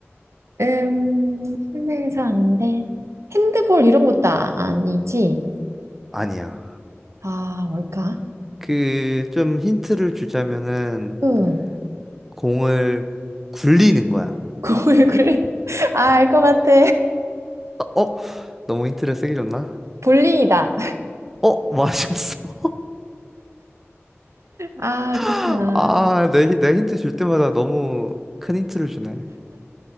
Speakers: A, on the right; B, in the centre.
A: 음, 실내에서 하는데. 핸드볼 이런 것도 아- 아니지?
B: 아니야.
A: 아, 뭘까?
B: 그, 좀 힌트를 주자면은,
A: 응, <laughs>
B: 공을 굴리는 거야.
A: 그 왜 그래? 아, 알 것 같아.
B: 어? 어? 너무 힌트를 세게 줬나?
A: 볼링이다.
B: 어? 맞았어.
A: 아, 그렇구나.
B: <laughs> 아, 내, 힌- 내 힌트 줄 때마다 너무 큰 힌트를 주네.